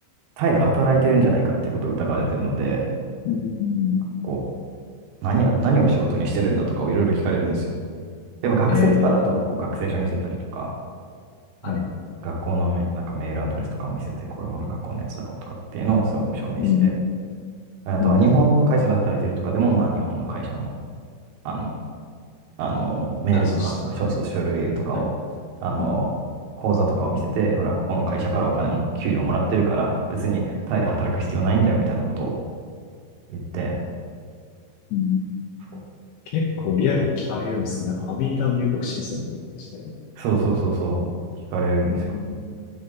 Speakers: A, on the right; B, on the left.
A: タイで働いてるんじゃないかっていうことを疑われてるので、
B: うん。
A: こう、何や、何を仕事にしてるんだとかをいろいろ聞かれるんですよ。でも学生とかだと、
B: ええ
A: こう学生証見せたりとか、
B: はい。
A: うん学校のめ、なんかメールアドレスとかを見せて、これほら学校のやつだろうとかっていうのをそう証明して、
B: うん。
A: あとは日本の会社で働いてるとかでも、
B: うん。
A: まあ日本の会社の、あの、あの、メールとか、
B: あ、そうしたのか。
A: まあ、書、書類とかを、
B: はい。
A: あの、
B: うん。
A: 口座とかを見せて、ほら、ここの会社からお金も、給料もらってるから、別にタイで働く必要ないんだよみたいなことを言って、
B: うん
A: そう
B: 結構リアルに聞かれるんですね。なんかアメリカの入国審査とかして。
A: そうそうそうそう、聞かれるんですよ。
B: うん